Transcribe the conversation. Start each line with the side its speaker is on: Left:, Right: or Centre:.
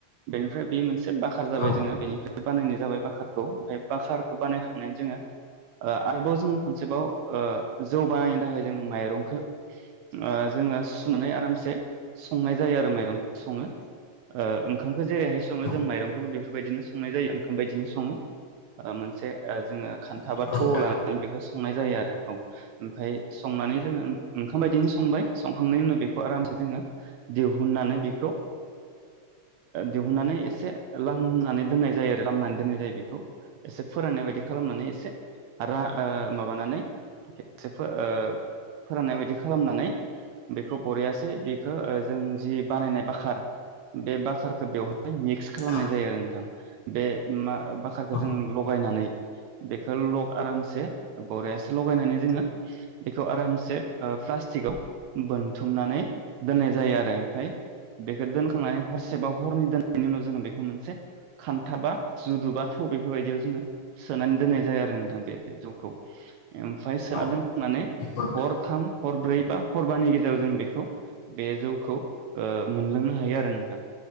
Right: बेनिफ्राय बे मोनसे एसे बाखार जाबाय
Left: औ
Right: जोङो बेनिफ्राय बानायनाय जाबाय बाखारखौ ओमफ्राय बाखारखौ बानायखांनानै जोङो ओ आरोबाव जोङो खनसेबाव जौ बानायनो थाखाय जों माइरंखौ ओ जोङो सुनानै आरामसे संनाय जायो आरो माइरंखौ ओ सङो ओंखामखौ जेरैहाय सङो
Left: औ
Right: जों माइरंखौबो बेफोरबायदिनो संनाय जायो ओंखाम बायदिनो सङो ओ मोनसे जो खान्था
Left: नंगौ
Right: बा थौाव
Left: नोंथां
Right: लानानै बेखौ संनाय जायो आरो औ ओमफ्राय संनानै जोङो ओंखाम बायदिनो संबाय संखांनायनि उनाव बे आरामसे जोङो दिहुननानै बेखौ दिहुननानै एसे लामनानै दोननाय जायो आरो लामनानै दोननाय जायो बेखौ एसे फोररायनाय बायदि खालामनानै एसे रा माबानानै एसे फोराननाय बायदि खालामनानै बेखौ लरियासै बेखौ जों जि बानायनाय बाखार बे बाखारखौ बेवहाय मिक्स खालामनाय
Left: औ
Right: जायो आरो नोंथां। दे मा बाखारखौ
Left: औ
Right: जों लगायनानै बेखौ ल' आरामसे बरयासे लगायनानै जोङो बेखौ आरामसे प्लास्टिकआव बोन बुथुमनानै दोननाय जायो आरो ओफाय बेखौ दोनखांनानै हसे बा हनै दोनायनि उनाव जो बे मोनसे खान्था बा जुदुबा थौ बेफोरबायदियाव जोङो सोनानै दोननाय जायो आरो नोंथां बे जौखौ ओमफाय सोना
Left: औ
Right: माने
Left: नंगौ नोंथां
Right: हरथाम हरब्रै बा हरबानि गेजेराव जों बेखौ बे जौखौ ओ मोनलोंनो हायो आरो नोंथां